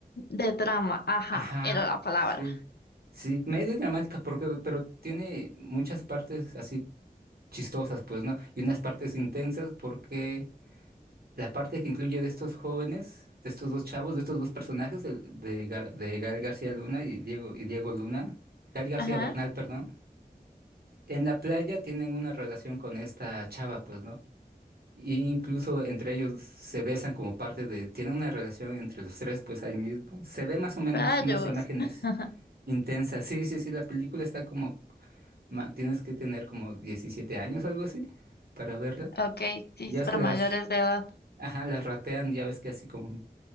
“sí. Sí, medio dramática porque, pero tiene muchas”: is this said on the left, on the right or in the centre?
Right